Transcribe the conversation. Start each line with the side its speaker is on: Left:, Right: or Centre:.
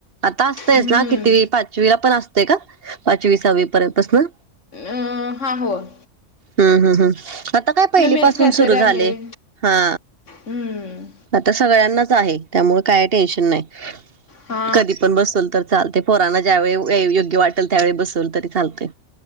Right: आता असतयचं
Left: हम्म
Right: ना कितवी पाचवीला पण असतंय का? पाचवी सहावी पर्यंतच ना?
Left: अम हा होय.
Right: हुं हुं हुं आता काय पहिली
Left: एस
Right: पाासून
Left: काहीतरी
Right: सुरू
Left: आहे
Right: झालंय. हा.
Left: हम्म
Right: आता सगळ्यांनाच आहे त्यामुळे काय टेन्शन नाही.
Left: हा
Right: कधी पण बसवलं तर चालतंय पोरांना ज्यावेळी व- ए- योग्य वाटंल त्यावेळी बसवलं तरी चालतंय.